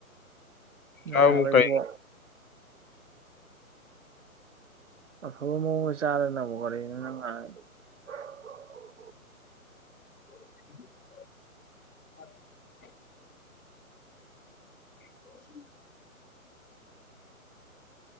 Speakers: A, on the right; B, on the left.
A: ꯅꯥꯕ
B: ꯆꯥꯕꯨ ꯀꯩ
A: ꯏꯕꯣ꯫ ꯑꯐꯕ ꯃꯑꯣꯡꯗ ꯆꯥꯗꯅꯕꯨ <unintelligible>
B: <unintelligible> <unintelligible>